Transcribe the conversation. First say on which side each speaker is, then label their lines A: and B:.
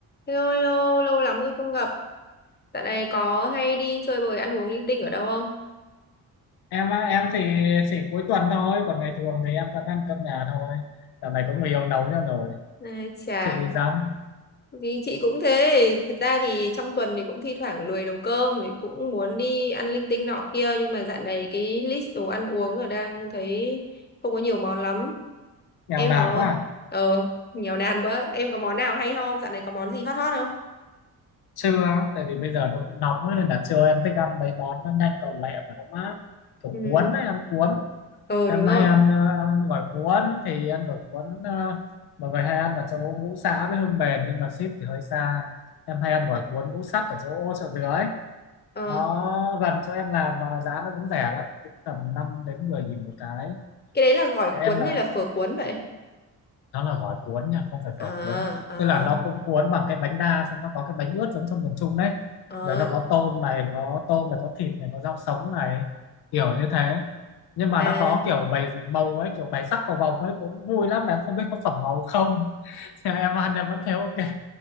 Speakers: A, on the left; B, on the left.
A: Hello, hello, lâu lắm rồi không gặp. Dạo này có hay đi chơi bời ăn uống linh tinh ở đâu không?
B: em á, em thì chỉ cuối tuần thôi còn ngày thường thì em vẫn ăn cơm nhà thôi dạo này có người yêu nấu cho rồi
A: Ai chà,
B: chị dám
A: thì chị cũng thế. Thật ra thì trong tuần thì cũng thi thoảng lười nấu cơm, thì cũng muốn đi ăn linh tinh nọ kia. Nhưng mà dạo này cái list đồ ăn uống ở đang thấy không có nhiều món lắm.
B: nghèo
A: Em
B: nàn
A: có...
B: quá à.
A: Ờ, nghèo nàn quá. Em có món nào hay ho không? Dạo này có món gì hot hot không?
B: trưa á, tại vì bây giờ nó cũng nóng ấy, nên là trưa em thích ăn mấy món nó nhanh gọn lẹ và nó mát kiểu
A: Ừ,
B: cuốn ấy, ăn cuốn
A: ờ
B: em
A: đúng rồi.
B: hay ăn ờ, ăn gỏi cuốn thì ăn gỏi cuốn ờ, mọi người hay ăn ở chỗ ngũ xã với Hương Bền nhưng mà ship thì hơi xa em hay ăn gỏi cuốn ngũ sắc ở chỗ chợ dừa ấy
A: Ờ,
B: nó gần chỗ em làm mà giá nó cũng rẻ lắm cũng tầm 5 đến 10 nghìn một cái
A: cái đấy là gỏi
B: em
A: cuốn
B: là
A: hay là phở cuốn vậy?
B: nó là gói cuốn nha không phải
A: À,
B: phở cuốn
A: à,
B: tức là nó cũng cuốn bằng cái bánh đa xong nó có cái bánh ướt giống trong miền Trung đấy
A: à,
B: rồi nó có tôm này có tôm này có thịt này có rau sống này kiểu như thế nhưng mà
A: à.
B: nó có kiểu bày màu ấy kiểu bày sắc cầu vồng ấy cũng vui lắm mà em không biết có phẩm màu không <laughs> Thế em ăn em vẫn thấy ok